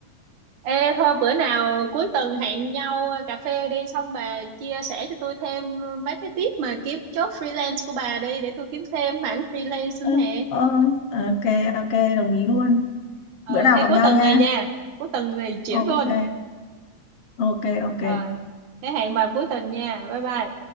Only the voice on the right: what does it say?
Ê thôi bữa nào cuối tuần hẹn nhau cà phê đi xong bà chia sẻ cho tôi thêm mấy cái tip mà kiếm job freelance của bà đi để tôi kiếm thêm mảng freelance
nữa nè.
Ừ
thế
cuối
tuần
này nha. Cuối tuần này chuyển
luôn.
Rồi. Thế hẹn bà cuối tuần nha. Bye bye.